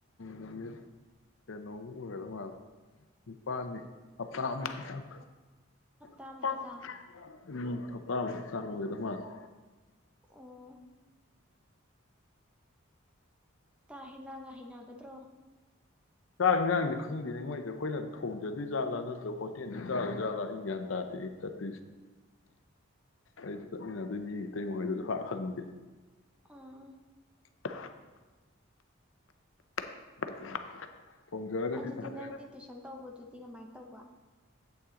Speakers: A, on the left; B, in the centre.
A: ꯅꯨꯃꯤꯠ ꯀꯩꯅꯣꯃꯨꯛ ꯑꯣꯏꯒꯗꯧ ꯃꯥꯜꯂꯦ ꯅꯤꯄꯥꯜꯅꯤ ꯍꯞꯇꯥ ꯑꯃꯨꯛꯀꯤ ꯆꯥꯡ
B: ꯍꯞꯇꯥꯃꯨꯛꯀꯤ
A: ꯍꯞꯇꯥ
B: ꯆꯥꯡ
A: ꯎꯝ ꯍꯝꯇꯥ ꯃꯨꯛ ꯆꯥꯡ ꯑꯣꯏꯒꯗꯕ ꯃꯥꯜꯂ‌ꯦ
B: ꯑꯣ ꯇꯥ ꯍꯦꯟꯖꯥꯡꯒ ꯍꯩꯅꯒꯗ꯭ꯔꯣ
A: ꯆꯥꯛ ꯏꯟꯖꯥꯡꯗꯤ ꯈꯪꯗꯦꯅꯤ ꯃꯣꯏꯗꯤ ꯑꯩꯈꯣꯏꯅ ꯊꯣꯡꯖꯗꯣꯏ ꯖꯠꯂꯥ ꯅꯠꯇ꯭ꯔꯒ ꯍꯣꯇꯦꯜꯗ ꯆꯥꯔꯣꯏ ꯥꯖꯥꯠꯂꯥ ꯑꯩ ꯒ꯭ꯌꯥꯟ ꯇꯥꯗꯦ ꯑꯩ ꯆꯠꯇꯣꯏꯁꯦ ꯑꯩ ꯆꯠꯃꯤꯟꯅꯗꯣꯏ ꯃꯤ ꯑꯇꯩ ꯏꯞꯄꯔ ꯈꯣꯏꯗꯁꯨ ꯍꯥꯔ ꯍꯪꯗꯦ
B: ꯑꯥ
A: <unintelligible> <unintelligible> ꯊꯣꯡꯖꯔꯒꯗꯤ
B: ꯑꯗꯨꯗꯤ
A: ꯐꯖꯔꯦ
B: ꯅꯪꯗꯤ ꯇꯨꯋꯏꯁꯟ ꯇꯧꯕꯗꯨꯗꯤ ꯀꯃꯥꯏꯅ ꯇꯧꯕ